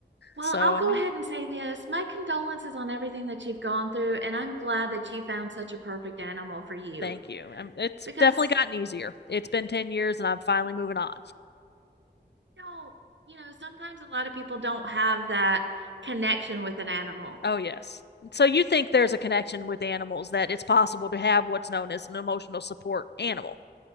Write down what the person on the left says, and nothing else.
So
I mean,
thank you. I'm. It's
definitely gotten easier. It's been 10 years and I'm finally moving on.
Oh, yes. So you think there's a connection with animals that it's possible to have what's known as an emotional support animal.